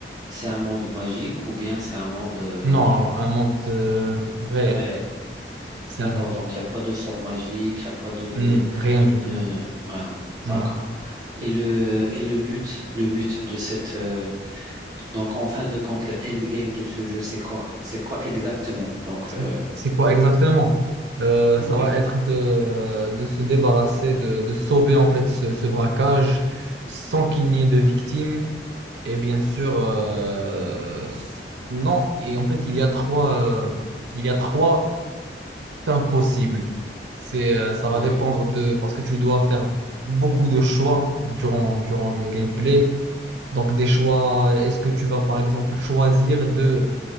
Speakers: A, on the right (about 20°); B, on the right (about 85°).
A: c'est un monde magique ou bien c'est un monde euh,
B: Non, un monde euh, réel,
A: réel?
B: c'est
A: D'accord,
B: un monde.
A: donc il n'y a pas de sort magique, il n'y a pas de
B: Hmm, Rien du tout,
A: de
B: non,
A: ouais,
B: non.
A: d'accord. Et le et le but, le but de cette euh, donc en fin de compte, le endgame de ce jeu, c'est quoi? C'est quoi exactement? Donc
B: C'est
A: euh,
B: c'est quoi exactement? Euh,
A: oui,
B: ça va être de de se débarrasser, de de sauver en fait ce, ce braquage sans qu'il n'y ait de victimes Et bien sûr, euh, non. Et en fait, il y a trois, euh, il y a trois fins possibles. C'est, euh, ça va
A: oui,
B: dépendre de, parce que tu dois faire beaucoup de choix durant, durant le gameplay. Donc, des choix, est-ce que tu vas par exemple choisir de